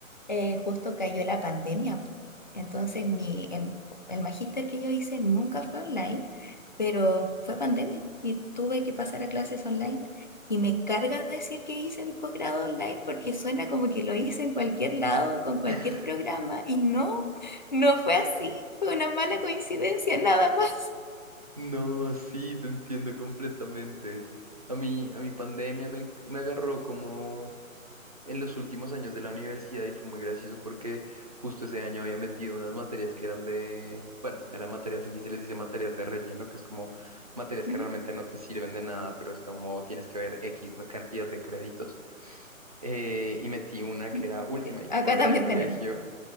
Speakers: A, on the left; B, on the right.
A: eh, justo cayó la pandemia, po. Entonces, mi, el, el magíster que yo hice nunca fue online, pero fue pandemia y tuve que pasar a clases online. Y me carga decir que hice el posgrado online porque suena como que lo hice en cualquier lado, con cualquier
B: <laughs>
A: programa, y no, no fue así, fue una mala coincidencia, nada más.
B: No, sí, te entiendo completamente. A mí, a mi pandemia me, me agarró como en los últimos años de la universidad y fue muy gracioso porque justo ese año había metido unas materias que eran de, bueno, eran materias, aquí se les dice materias de relleno, que es como materias
A: Ujú,
B: que realmente no te sirven de nada, pero es como tienes que ver X no- cantidad de créditos. Eh, y metí una
A: ujú.
B: que era Ultimate,
A: Sí, Acá
B: porque
A: también
B: en el colegio,
A: tenemos.